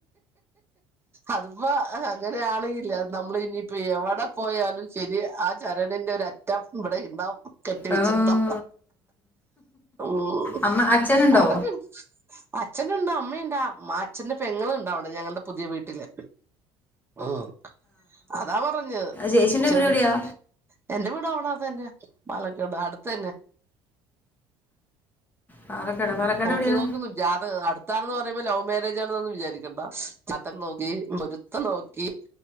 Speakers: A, on the right; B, on the left.
A: അതിപ്പോ അങ്ങനെയാണെങ്കില് നമ്മള് ഇനിയിപ്പോ എവിടെ പോയാലും ശരി ആ ചരട്ടിന്റെ ഒരു അര റ്റം ഇവിടെ ഇണ്ടാവും. കെട്ടി വച്ചിട്ട്
B: ഉം.
A: ണ്ടം, ഉം
B: അമ്മ അച്ഛനുണ്ടോ
A: അതൊക്കെ അച്ഛനുണ്ട് അമ്മയ്ണ്ട് മ്മ അച്ഛന്റെ പെങ്ങളുണ്ട് അവിടെ ഞങ്ങളുടെ പുതിയ വീട്ടില് ഉം അതാ പറഞ്ഞത്
B: ചേച്ചിൻ്റെ
A: ചെറി
B: വീട് എവിടെയാ
A: എന്റെ വീട് അവിടാ തെന്നെ പാലക്കാട് അട്ത്ത് തന്നെ
B: പാലക്കാട്
A: ഉം
B: പാലക്കാട്
A: നോക്കി
B: എവിടെയാ
A: നോക്കുന്നു ജാതക അടുത്താണെന്ന് പറയുമ്പോ ലവ് മാരേജാണ്നൊന്നും വിചാരിക്കണ്ട ചട്ടം നോക്കി പൊരുത്തം നോക്കി